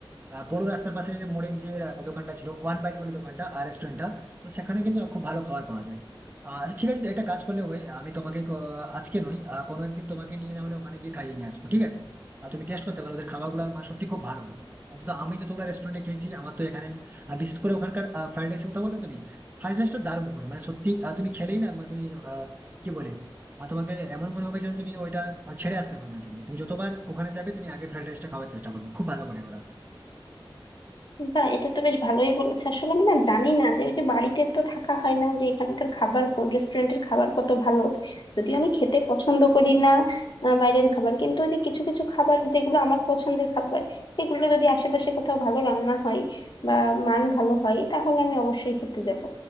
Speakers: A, on the right; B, on the left.
A: আহ, বড় রাস্তার পাশে মোড়ে যে আহ, দোকানটা ছিল ওয়ান বাইট বলে দোকানটা আর রেস্টুরেন্টটা তো সেখানে কিন্তু খুব ভালো খাবার পাওয়া যায় আহ, আচ্ছা ঠিক আছে একটা কাজ করলে হয় আমি তোমাকে ক- আজকে নয় আহ, কোনো একদিন তোমাকে নিয়ে না হলে ওখানে গিয়ে খাইয়ে নিয়ে আসবো ঠিক আছে আর তুমি টেস্ট করতে পারো ওদের খাবারগুলো মানে সত্যি খুব ভালো হয় অন্তত আমি যতগুলো রেস্টুরেন্টে খেয়েছি আমার তো এখানে আহ, বিশেষ করে ওখানকার ফ্রাইড রাইসের কথা বললে তুমি ফ্রাইড রাইসটা দারুণ করে মানে সত্যি আহ, তুমি খেলেই না মানে তুমি আহ, কি বলে বা তোমাকে এমন মনে হবে যেন তুমি ওইটা আর ছেড়ে আসতে পারবে না তুমি তুমি যতবার ওখানে যাবে তুমি আগে ফ্রাইড রাইসটা খাওয়ার চেষ্টা করবে খুব ভালো করে ওরা
B: বা এটা তো বেশ ভালোই বলেছে আসলে আমি না জানি না যে ওই যে বাড়িতে তো থাকা হয় না যে এখানকার খাবার কোন রেস্টুরেন্টের খাবার কত ভালো যদিও আমি খেতে পছন্দ করি না আহ, বাইরের খাবার কিন্তু ওই যে কিছু কিছু খাবার যেগুলো আমার পছন্দের খাবার সেগুলো যদি আশেপাশে কোথাও ভালো রান্না হয় বা মান ভালো হয় তাহলে আমি অবশ্যই খেতে যাব